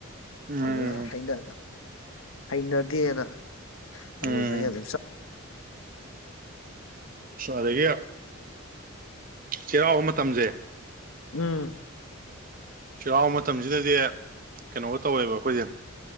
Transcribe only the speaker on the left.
ꯑꯗꯨ ꯍꯩꯅ ꯍꯩꯅ ꯑꯗꯨꯅ ꯑꯗꯨ
ꯆꯍꯤ ꯑꯗꯨꯝ
ꯎꯝ